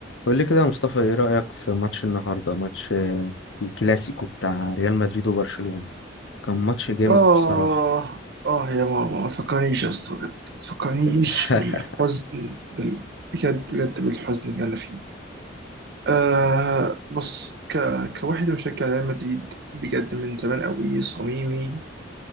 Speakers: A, on the left; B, on the right.
A: قول لي كده يا مصطفى ايه رأيك في ماتش النهارده ماتش آه، الكلاسيكو بتاع ريال مدريد وبرشلونة كان ماتش جامد
B: آه
A: بصراحة
B: آه يا ماما ما تفكرنيش يا اسطى بجد ما تفكرنيش
A: <laughs>
B: بالحزن بال... بجد بجد بالحزن اللي أنا فيه آه بص ك... كواحد مشجع ريال مدريد بجد من زمان قوي صميمي